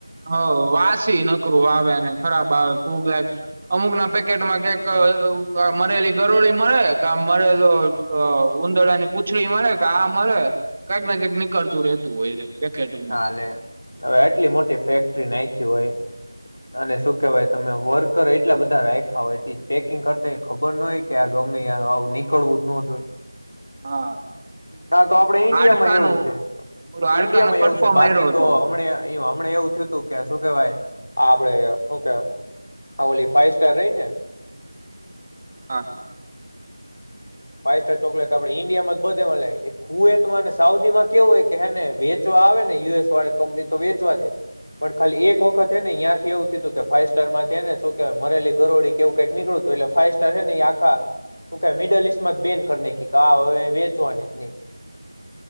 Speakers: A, on the right; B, on the left.
A: હ વાસી નકરું આવેને ખરાબ આવે ફૂગ લાગે અમુક ના પેકેટમાં કક મરેલી ગરોળી મળે ક મરેલો ઉંધડાની પૂછડી મળે કે આ મરે કઈક ને કઈક નીકળતું રહેેતું હોય. પેકેટમાં
B: ના લે હવે એટલી મોટી ફેક. નાખી હોય અને શું કેહેવાય તમે વર્કર એટલા બધા રાખ્યા હોય તે પેકિંગ કરતા ખબર ન હોય કે આ ગમે નીકળવું જ ન જો હોય.
A: હા
B: હા તો આપડે ઈન્ડિયામાં
A: હાડકાનું
B: એવું છે
A: ઓલો હાડકા
B: ઈન્ડિયામાં
A: નો કટકો
B: એવું. બાકી
A: માર્યો હતો
B: તો હમ. હમ એવું થયું તું કે શ કેવા આપે શું કે ઓલી ફાઈવ સ્ટાર રહીને.
A: હા <unintelligible>
B: ફાઈવ સ્ટાર ચોકલેટ આપે ઈન્ડિયામાં જ બધે કુવેતને સાઉદી માં કેવું હોય કેેને વેચવા આવે ને યુ એસ વાળે કંપની તો વેચવા દે પણ ખાલી એક વખત હ ને તંથી એવું થું કે ફાઈવ સ્ટાર માંથીને શું મરેલી ઘરોળડી કેવું કઈક નીકળું હતું એટલે ફાઈવ સાર હ આા મિડ ઈસ્ટ. કિસ્મત બેન કર ક કાવે વેચવાનીતની.